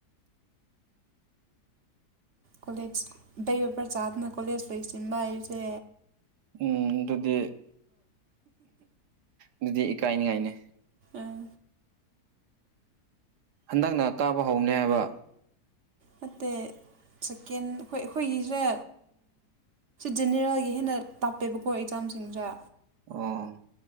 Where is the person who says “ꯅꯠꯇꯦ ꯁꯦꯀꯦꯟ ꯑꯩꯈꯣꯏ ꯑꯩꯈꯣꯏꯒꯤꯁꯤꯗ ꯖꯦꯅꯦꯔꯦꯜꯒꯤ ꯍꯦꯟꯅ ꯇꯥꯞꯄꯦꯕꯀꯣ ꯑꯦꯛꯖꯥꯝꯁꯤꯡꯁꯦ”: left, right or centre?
Right